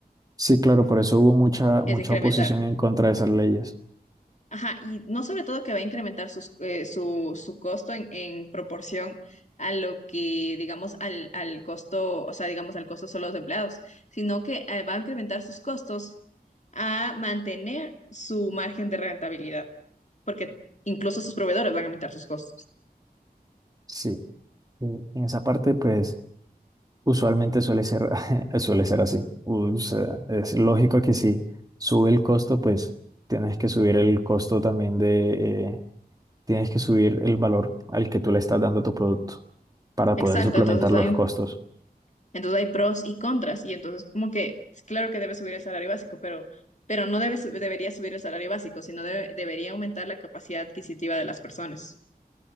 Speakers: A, on the right; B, on the left.
A: Sí, claro, por eso hubo mucha,
B: es
A: mucha
B: incrementar.
A: oposición en contra de esas leyes.
B: Ajá, y no sobre todo que va a incrementar sus, eh, su, su costo en, en proporción a lo que, digamos, al, al costo, o sea, digamos, al costo solo de los empleados, sino que eh, va a incrementar sus costos a mantener su margen de rentabilidad, porque incluso sus proveedores van a aumentar sus costos.
A: Sí, y en esa parte, pues... Usualmente suele ser, <laughs> suele ser así. O sea, es lógico que si sube el costo, pues tienes que subir el costo también de, eh, tienes que subir el valor al que tú le estás dando a tu producto para
B: Exacto,
A: poder suplementar
B: entonces
A: los
B: hay,
A: costos.
B: entonces hay pros y contras, y entonces como que, es claro que debe subir el salario básico, pero, pero no debe, su- debería subir el salario básico, sino debe- debería aumentar la capacidad adquisitiva de las personas.